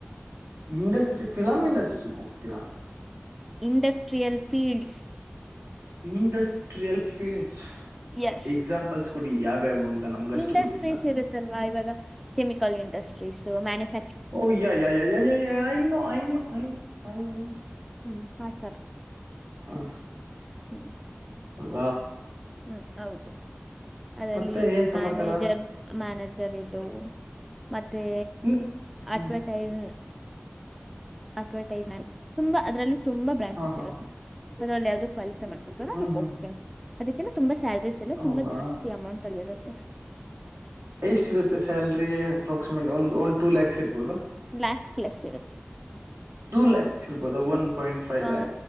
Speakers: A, on the right; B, in the centre.
A: ಇಂಡಸ್ಟ್ರಿ ಫಿಲಮ್ ಇಂಡಸ್ಟ್ರಿ ಹೋಗ್ತೀರಾ
B: ಇಂಡಸ್ಟ್ರಿಯಲ್ ಫೀಲ್ಡ್ಸ್
A: ಇಂಡಸ್ಟ್ರಿಯಲ್ ಫೀಲ್ಡ್ಸ್
B: ಎಸ್
A: ಎಕ್ಸಾಂಪಲ್ಸ್ ಕೊಡಿ ಯಾವ್ ಯಾವ್ದು ಅಂತ ನಮ್ಗಷ್ಟು
B: ಇಂಡಸ್ಟ್ರೀಸ್
A: ಗೊತ್ತಿಲ್ಲ
B: ಇರುತ್ತಲ್ವಾ ಇವಾಗ ಕೆಮಿಕಲ್ ಇಂಡಸ್ಟ್ರೀಸ್ ಮ್ಯಾನುಫಕ್
A: ಓ ಯ ಯ ಯ ಯ ಯ ಐನೋ ಐನೋ
B: ಹ್ಮ್ ಆತರ
A: ಹಾ
B: ಹ್ಮ್
A: ವಾ <unintelligible>
B: ಹ್ಮ್ ಹೌದು ಅದಲ್ಲಿ
A: ಮತ್ತೆ ಏನ್ ಸಮಾಚಾರ
B: ಮ್ಯಾನೇಜರ್ ಮ್ಯಾನೇಜರ್ ಇದು ಮತ್ತೆ
A: ಹ್ಮ್ ಹ್ಮ್
B: ಅಡ್ವಟೈಸ್ ಅಡ್ವರ್ಟೈಸ್ ತುಂಬಾ ಅದರಲ್ಲಿ ತುಂಬಾ ಬ್ರಾಂಚಸ್
A: ಹಾ ಹಾ
B: ಇರುತ್ತೆ ಅದರಲ್ಲಿ ಯಾವ್ದೋ ಕ್ವಾಲಿಟಿ ಮಾಡ್ಕತಾರ
A: ಹ್ಮ್
B: ಅದಕ್ಕೆ
A: ಹ್ಮ್
B: ಹೋಗ್ತೀನ
A: ಹ್ಮ್.
B: ಅದಕ್ಕೆಲ್ಲ ತುಾ ಸಲ್ರಿಸ್ ಎಲ್ಲ
A: ಹೌದಾ
B: ತುಂಬಾ ಜಾಸ್ತಿ ಅಮೌಂಟ್ ಅಲ್ಲಿ ಇತ್ತೆ ತ್ತ
A: ಎಷ್ಟ ಇರುತ್ತೆ ಸ್ಯಾಲ್ರಿ ಅಪ್ರಾಕ್ಸಿಮೇಟ್ ಒಂದು ಒನ್ ಟೂ ಲ್ಯಾಕ್ಸ್ ಇರ್ಬೋದಾ
B: ಬ್ಲ್ಯಾಕ್ ಪ್ಲಸ್ ಇರುತ್ತೆ
A: ಟೂ ಲ್ಯಾಕ್ಸ್ ಇರ್ಬೋದ ಒನ್ ಪ <unintelligible>
B: ಆ
A: ಲ